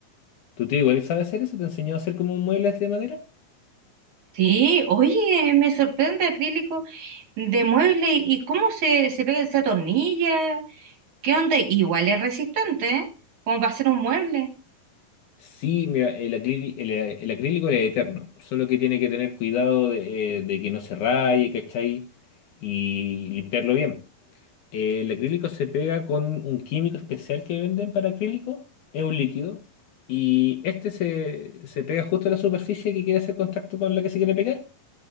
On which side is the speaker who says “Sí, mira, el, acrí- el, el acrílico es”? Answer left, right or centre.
Left